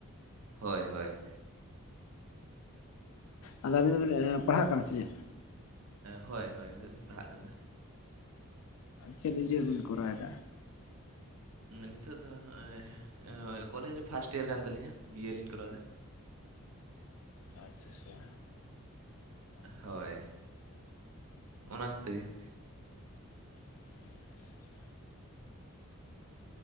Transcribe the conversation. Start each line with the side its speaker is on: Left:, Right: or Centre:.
Right: ᱦᱳᱭ ᱦᱳᱭ
Left: ᱟᱫᱚ ᱟᱹᱵᱤᱱ ᱫᱚᱵᱤᱱ ᱯᱟᱲᱦᱟᱜ ᱠᱟᱱᱟ ᱥᱮ ᱪᱮᱫ
Right: ᱦᱳᱭ ᱦᱳᱭ ᱱᱤᱛᱳᱜ ᱞᱤᱧ ᱯᱟᱲᱦᱟᱜ ᱠᱟᱱᱟ
Left: ᱪᱮᱫ ᱡᱤᱭᱟᱹᱵᱤᱱ ᱠᱚᱨᱟᱣᱮᱫᱟ
Right: ᱱᱤᱛᱚᱜ ᱫᱚ ᱱᱚᱜᱼᱚᱭ ᱠᱚᱞᱮᱡᱽ ᱨᱮ ᱯᱷᱟᱥᱴ ᱤᱭᱟᱨ ᱠᱟᱱ ᱛᱟᱞᱤᱧᱟ ᱵᱤᱭᱮ ᱞᱤᱧ ᱠᱚᱨᱟᱣᱫᱟ
Left: ᱟᱪᱷᱟ ᱟᱪᱷᱟ
Right: ᱦᱳᱭ ᱚᱱᱟᱥᱛᱮ
Left: <inaudible>